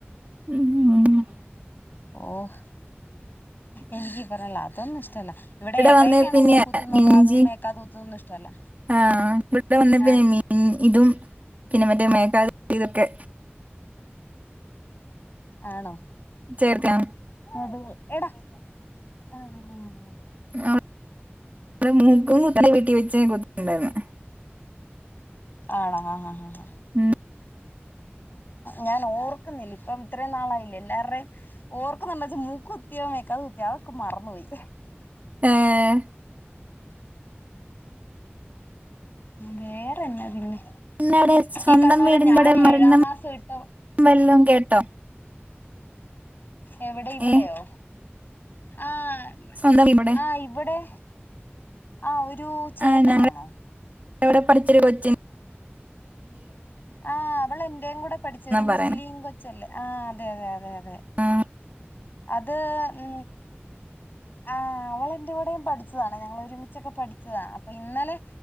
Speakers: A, on the right; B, on the left.
A: ഉമ് മ് മ്
B: ഓഹ് എനിക്കിബറല്ല അതൊന്നു ഇഷ്ടല്ല ഇവിടെ ഏട്ടായിക്കാണ്
A: വന്നേ പിന്നെ
B: മൂകുത്തുന്നും
A: ഇഞ്ചി
B: കാതും മേക്കാതുത്തുന്ന് ഇഷ്ട്ടല്ല
A: ആ ഇവിടെ വന്നേ പിന്നെ
B: എ
A: മീൻ ഇതും പിന്നെ മറ്റേ മേക്കാതുത്തിതൊക്കെ
B: ആണോ
A: ചേർക്കാ
B: അതെ എടാ ആഹ് ആഹ്
A: ആഹ് മൂക്കും കുത്തണെ വീട്ടി വെച്ച ഞാൻ കു ഇണ്ടായീര്ന്നെ
B: ആണോ ആഹ് ആഹ് ആഹ്
A: ഉം.
B: ഞാൻ ഓർ ക്കുന്നില്ല ഇപ്പം ഇത്രേം നാളായില്ലെ എല്ലാറേം ഓർക്കുന്നുണ്ടെച് മൂകുത്യോ മേക്കാതുത്യോ അതൊക്കെ മറന്നോയി
A: ഏഹ്
B: വേറെന്നാ പിന്നെ
A: ഇന്നടെ സ്വന്തം
B: ഈ പറഞ്ഞ പോലെ
A: വീടിന്റടെ
B: ഞാൻ
A: മരണ്
B: ഏഴാം മാസം ഇട്ട
A: വല്ലം കേട്ടോ
B: എവിടെ ഇവിടെയോ
A: ഏ
B: ആഹ്
A: സ്വന്തം ഇവിടെ
B: ആഹ് ഇവിടെ ആഹ് ഒ രു ചേട്ടനാണോ
A: ആ ഞങ്ങള ഇവിടെ പഠിച്ചൊരു കൊച്ചി
B: ആഹ് അവള് എന്റേം കൂടെ പഠിച്ച് ഒരു മുസ്ലിം
A: പറയണെ
B: കൊച്ചല്ലേ ആഹ് അതെ അതെ അതെ അ തെ
A: ആ
B: അത് ഉം ആഹ് അവളെന്റെ കൂടെയും പഠിച്ചതാണ് ഞങ്ങള് ഒരുമിച്ചൊക്കെ പഠിച്ചതാ പ്പൊ ഇന്നലെ